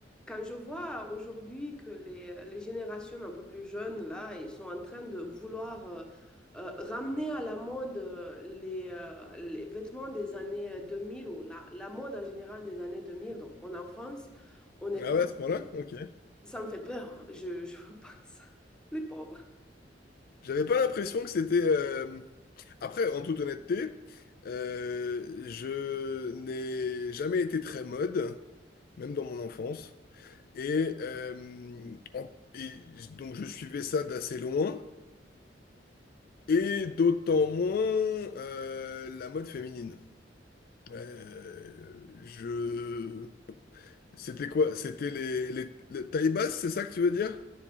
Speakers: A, in the centre; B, on the left (about 55°).
A: Quand je vois aujourd'hui que les, les générations un peu plus jeunes, là, ils sont en train de vouloir euh, euh, ramener à la mode euh, les, euh, les vêtements des années 2000 ou la, la mode en général des années 2000, donc mon enfance, honnêtement,
B: Ah ouais, à
A: ça
B: ce point-là?
A: me
B: Ok.
A: ça me fait peur. hein. Je, je veux pas de ça. <laughs> Les pauvres.
B: J'avais pas l'impression que c'était... euh, Après, en toute honnêteté, euh, je n'ai jamais été très mode, même dans mon enfance. Et, euh, en- et donc je suivais ça d'assez loin, et d'autant moins euh, la mode féminine. Euh, je... C'était quoi? C'était les, les, les tailles basses, c'est ça que tu veux dire?